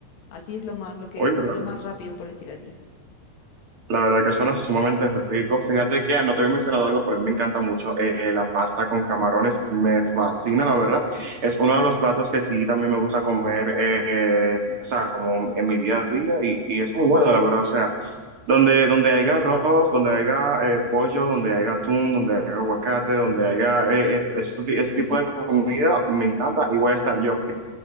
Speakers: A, on the left; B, on the right.
A: Así es lo más, lo que,
B: Oye, la,
A: lo más rápido, por decir así.
B: la verdad que suena sumamente rico. Fíjate que no te había mencionado algo, pero a mí me encanta mucho eh, la pasta con camarones. Me fascina, la verdad. Es uno de los platos que sí también me gusta comer, eh, o sea, como en mi día a día y, y es muy bueno, la verdad. O sea, Donde, donde haya arroz, donde haya eh, pollo, donde haya atún, donde haya aguacate, donde haya eh, eh, eso- ese,
A: <laughs>
B: tipo de comida, me encanta y voy a estar yo.